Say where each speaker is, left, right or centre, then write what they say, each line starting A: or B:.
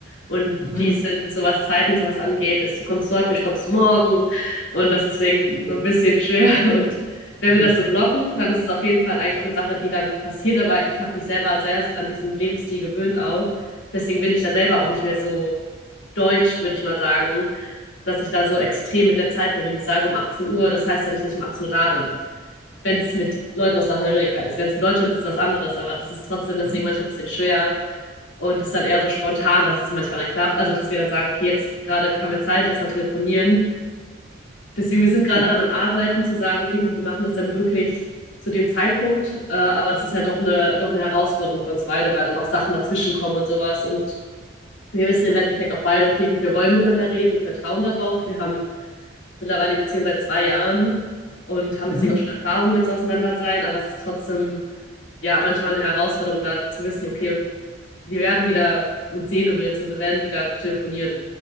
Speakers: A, on the left; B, on the left.
A: Und
B: Mhm.
A: die sind, so was Zeiten, so was angeht, ist, du kommst heute nicht, kommst du morgen. Und das ist deswegen so
B: Oh.
A: ein bisschen schwer. <laughs> Und wenn
B: <laughs>
A: wir das so blocken, dann ist es auf jeden Fall eigentlich auch eine Sache, die dann passiert. Aber ich habe mich selber sehr an diesen Lebensstil gewöhnt auch. Deswegen bin ich da selber auch nicht mehr so deutsch, würde ich mal sagen, dass ich da so extrem mit der Zeit bin. Wenn ich sage um 18 Uhr, das heißt ja nicht, dass ich um 18 Uhr da bin. Wenn es mit Leuten aus Lateinamerika ist. Wenn es in Deutschland ist, ist es was anderes, aber das ist trotzdem deswegen
B: Mhm.
A: manchmal ein bisschen schwer. Und ist dann eher so spontan, dass es manchmal dann klappt. Also, dass wir dann sagen, okay, jetzt gerade kam mir Zeit, lass mal telefonieren. Deswegen, wir sind gerade
B: Ja.
A: daran am Arbeiten, zu sagen, okay, gut, wir machen das dann wirklich zu dem Zeitpunkt. Äh, aber das ist halt doch eine, doch eine Herausforderung für uns beide, weil dann doch Sachen dazwischen kommen und sowas. Und wir wissen im Endeffekt auch beide, okay, gut, wir wollen miteinander reden und wir vertrauen darauf. Wir haben mittlerweile die Beziehung seit zwei Jahren und haben
B: Mhm.
A: deswegen auch schon Erfahrung mit so auseinander sein aber es ist trotzdem ja manchmal eine Herausforderung, da zu wissen, okay, und wir werden wieder uns sehen oder wir werden wieder telefonieren.